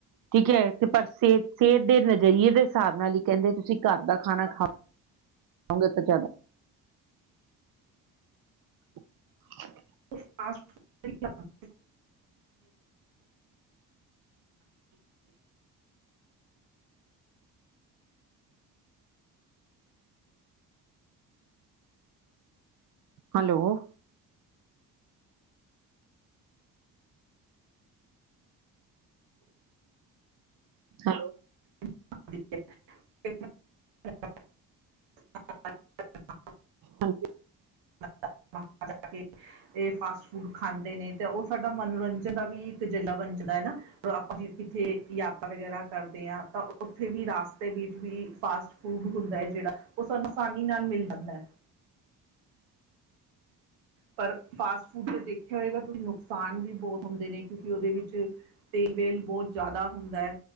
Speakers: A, on the right; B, on the right.
A: ਠੀਕ ਐ ਤੇ ਪਰ ਸਿਹਤ-ਸਿਹਤ ਦੇ ਨਜ਼ਰੀਏ ਦੇ ਸਾਬ ਨਾਲ ਈ ਕੈਂਦੇ ਤੁਸੀਂ ਕਾੱਰ ਦਾ ਖਾਣਾ ਖਾ ਖਾਓਗੇ ਤੇ ਜਾਦਾ <inaudible>
B: <unintelligible>
A: ਹੈਲੋ। ਹੈਲੋ।
B: <inaudible>
A: ਹਾਂਜੀ।
B: <inaudible> ਏਹ ਫਾਸਟ ਫੂਡ ਖਾਂਦੇ ਨੇ ਤੇ ਓ ਸਾਡਾ ਮਨੋਰੰਜਨ ਦਾ ਵੀ ਏਕ ਅਜੰਡਾ ਬਣ ਜਾਂਦਾ ਏ ਨਾ। ਆਪਾਂ ਕਿਥੇ ਯਾਤਰਾ ਵਗੈਰਾ ਕਰਦੇ ਆ ਤਾਂ ਓਥੇ ਵੀ ਰਸਤੇ ਵਿੱਚ ਵੀ ਫਾਸਟ ਫੂਡ ਹੁੰਦਾ ਐ ਜੈੜਾ ਓ ਸਾਨੂੰ ਆਸਾਨੀ ਨਾਲ ਮਿਲ ਜਾਂਦਾ ਐ। ਪਰ ਫਾਸਟ ਫੂਡ ਦੇਖਿਆ ਹੋਏਗਾ, ਤੁਸੀਂ ਨੁਕਸਾਨ ਵੀ ਬੋਤ ਹੁੰਦੇ ਨੇ ਕਿਉਂਕਿ ਓਦੇ ਵਿੱਚ ਤੇਲ-ਵੇਲ ਬੋਤ ਜਾਦਾ ਹੁੰਦਾ ਐ।